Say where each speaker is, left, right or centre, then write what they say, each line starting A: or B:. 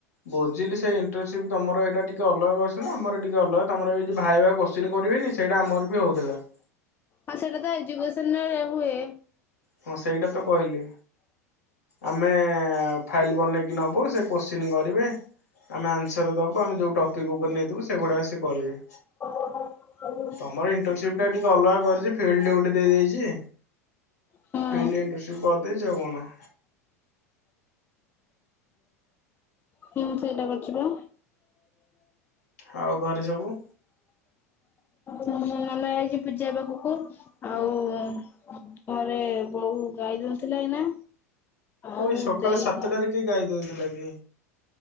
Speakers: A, on the left (about 80°); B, on the left (about 25°).
A: ବୁଝିଲି ସେଇ ଇଣ୍ଟରସିପ ତମର ଏଇଟା ଟିକେ ଅଲଗା କୋଶଚିନ ଆମର ଟିକେ ଅଲଗା। ତମର ଏ ଯଉ ଭାଇ ଭାଇ କୋଶଚିନି କରିବେନି ସେଇଟା ଆମର ବି ହଉଥିଲା। ହ
B: ହଁ ସେଇଟା ତ ଏଜୁକେସନରେ ହୁଏ।
A: ହଁ ସେଇଟା ତ କହିଲି। ଆମେ ଫାଇଲ ବନେଇକି ନବୁ ସେ କୋଶ୍ଚିନ୍ କରିବେ? ଆମେ ଆନ୍ସର ଦବୁ ଆମେ ଯୋଉ ଟପିକ ଉପରେ ନେଇଥିବୁ ସେଗୁଡା ଆସି କରିବେ।
B: ହ ହ
A: ତମର ଇଣ୍ଟରନସିପ ଟା ଟିକେ ଅଲଗା କରିଛି ଫିଲ୍ଡି ଗୋଟେ ଦେଇଦେଇଛି।
B: ହଁ।
A: ଫିଲ୍ଡ ଇଣ୍ଟରଶିପ କରି ଦେଇଛି। ଆଉ କଣ?
B: ହୁଁ ସେଇଟା କରିଚି ପା।
A: ଆଉ ଘରେ ସବୁ।
B: ହୁଁ ନନା ଯାଇଛି ପୂଜା ପାଖକୁ। ଆଉ ଘରେ ବୋଉ ଗାଈ ଦୁହୁଁଥିଲା ଏଇନା। ଆଉ
A: ଏଇ ସକାଳ
B: ଦେଇ
A: ସାତଟାରେ କିଏ ଗାଈ ଦୁଉଁଥିଲା କି